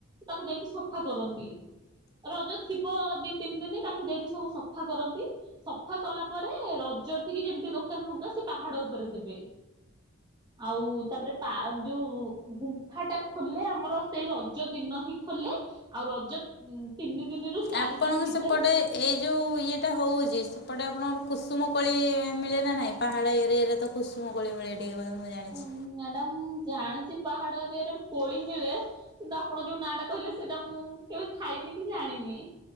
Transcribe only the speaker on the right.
ତାକୁ ଯାଇକି ସଫା କରନ୍ତି ରଜ ଥିବ ଦି ତିନି ଦିନ ତାକୁ ଯାଇକି ସବୁ ସଫା କରନ୍ତି। ସଫା କଲା ପରେ ରଜ ଟିକେ ଯେମିତି ଦୋକାନ ହଙ୍କା ସେ ପାହାଡ ଉପରେ ଦେବେ ଆଉ ତାପରେ ପା ଯୋଉ ଗୁମ୍ଫା ଟା ଖୋଲେ ଆମର ସେଇ ରଜ ଦିନ ହିଁ ଖୋଲେ ଆଉ ରଜ ତିନି ଦିନରୁ ଚାରି
ଦିନ ଭିତରେ
ଉଁ ମ୍ୟାଡାମ ଜାଣିଛି ପାହାଡ ଏରିଆରେ କୋଳି ମିଳେ କିନ୍ତୁ ଆପଣ ଯୋଉ ନାଁ ଟା କହିଲେ ସେଇଟା ମୁଁ କେବେ ଖାଇନି କି ଜାଣିନି।